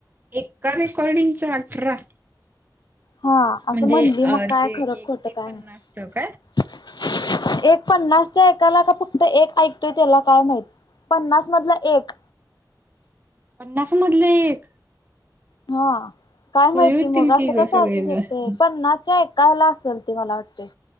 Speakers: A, on the right; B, on the left.
A: एका रेकॉर्डिंगचा अठरा.
B: हा असं
A: म्हणजे
B: म्हणली
A: अ
B: मग काय
A: ते
B: खरं
A: एक
B: खोटं
A: ते
B: काय
A: पन्नासच
B: नाही
A: काय?
B: <unintelligible> एक पन्नासच्या ऐकायला का फक्त एक ऐकतोय त्याला काय माहित पन्नास मधलं एक
A: पन्नासा मधलं एक
B: हा काय
A: खुळी
B: माहिती
A: होतील
B: मग
A: की
B: असं
A: ग
B: कसं
A: सगळेजण
B: असू शकते पण्नाचा एक कायला असेल ते मला वाटते.